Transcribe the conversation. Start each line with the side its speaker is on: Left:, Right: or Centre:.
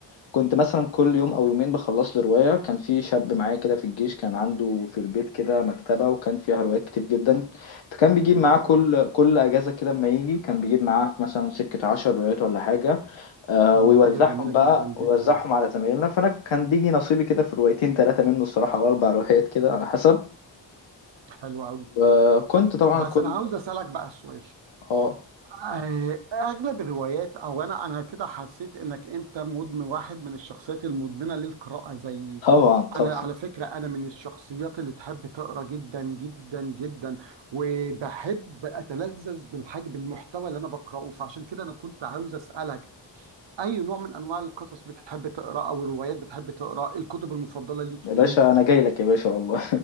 Left: كنت مثلا كل يوم او يومين بخلص لي روايه كان في شاب معايا كده في الجيش كان عنده في البيت كده مكتبه وكان فيها روايات كتير جدا فكان بيجيب معاه
Right: حلو
Left: كل
Right: قوي
Left: كل اجازه كده اما يجي كان بيجيب معاه مثلا سكه عشر روايات ولا حاجه آه،
Right: دي
Left: ويوزعهم
Right: حاجه جميله
Left: بقى
Right: جدا جدا
Left: ويوزعهم على زمايلنا فانا كان بيجي نصيبي كده في روايتين ثلاثه منه الصراحه او اربع روايات كده على حسب
Right: حلو قوي
Left: وكنت طبعا
Right: بس
Left: كل
Right: انا عاوز اسالك بقى سؤال
Left: اه
Right: آه، اغلب الروايات او انا انا كده حسيت انك انت مدمن واحد من الشخصيات المدمنه للقراءه زيي
Left: طبعا طبعا
Right: انا على فكره انا من الشخصيات اللي تحب تقرا جدا جدا جدا وبحب اتلذذ بالحاجه بالمحتوى اللي انا بقراه فعشان كده انا كنت عاوز اسالك اي نوع من انواع القصص بتحب تقراه او الروايات بتحب تقراه الكتب المفضله ليك
Left: يا
Right: ايه
Left: باشا انا جاي لك يا باشا والله